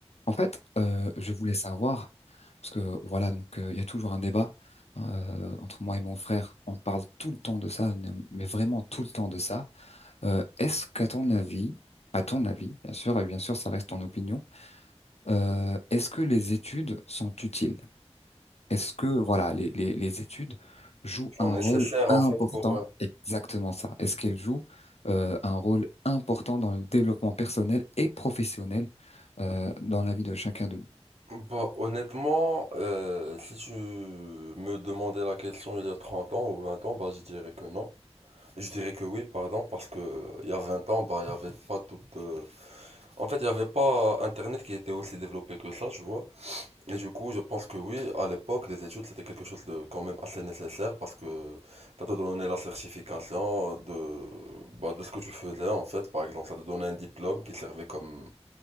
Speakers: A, on the left; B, on the right.
A: En fait, euh, je voulais savoir, parce que voilà, donc euh, il y a toujours un débat euh, entre moi et mon frère. On parle tout le temps de ça, mais vraiment tout le temps de ça. Euh, est-ce qu'à ton avis, à ton avis, bien sûr, et bien sûr, ça reste ton opinion, euh, est-ce que les études sont utiles? Est-ce que voilà, les, les, les études jouent
B: en
A: un
B: nécessaire
A: rôle important?
B: en fait pour euh,
A: Exactement ça. Est-ce qu'elles jouent euh, un rôle important dans le développement personnel et professionnel euh, dans la vie de chacun de nous?
B: bah, honnêtement euh, si tu me demandais la question il y a trente ans ou vingt ans bah je dirais que non je dirais que oui pardon parce que euh, il y a vingt ans bah il y avait pas toute euh, en fait il y avait pas internet qui était aussi développé que ça tu vois et du coup je pense que oui à l'époque les études c'était quelque chose de quand même assez nécessaire parce que ça te donnait la certification de bah, de ce que tu faisais en fait par exemple ça te donnait un diplôme qui servait comme